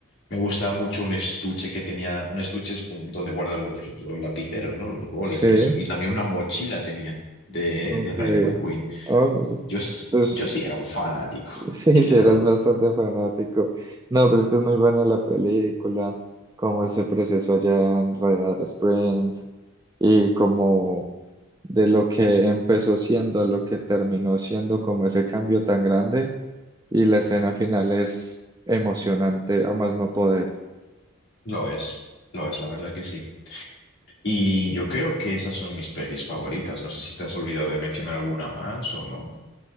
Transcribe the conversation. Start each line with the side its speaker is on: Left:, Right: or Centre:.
Left: me gustaba mucho un estuche que tenía, un estuche es un- donde guardan los, los los lapiceros, ¿no? Los bolis
Right: sí,
Left: y eso. Y también una mochila tenía de,
Right: ok.
Left: de Rayo McQueen.
Right: Ah, pues,
Left: Yo, s-
Right: entonces.
Left: yo sí era un fanático.
Right: Sí,
Left: <laughs> Qué
Right: sí,
Left: loco.
Right: eras bastante fanático. No, pero es que es muy buena la película, como ese proceso allá en Radar Springs y como de lo que empezó siendo a lo que terminó siendo, como ese cambio tan grande y la escena final es emocionante a más no poder.
Left: Lo es, lo es, la verdad que sí. Y yo creo que esas son mis pelis favoritas. No sé si te has olvidado de mencionar alguna más o no.